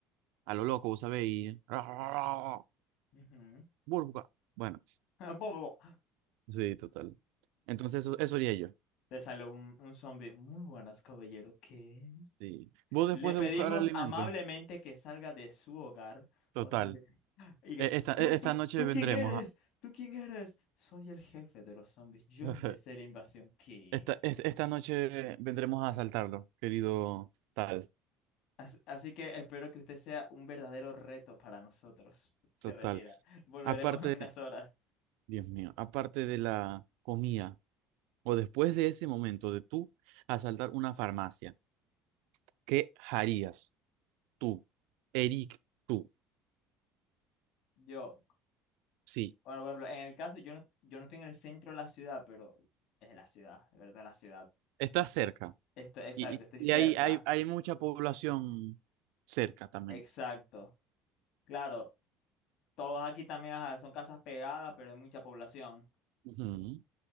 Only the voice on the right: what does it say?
a lo loco, vos sabéis, <laughs>
burbuja. Bueno,
sí, total. Entonces eso, eso haría yo.
Sí. Vos
después
de buscar alimento,
total.
e- Esta,
e- esta
noche
vendremos
a...
<laughs>
Esta, es- esta noche vendremos a asaltarlo, querido tal,
total.
Aparte,
Dios mío, aparte de la comida, o después de ese momento de tú asaltar una farmacia, ¿qué harías tú, Eric, tú?
Sí,
estás cerca
y, y,
y
hay, hay, hay mucha población cerca también.
Ujú,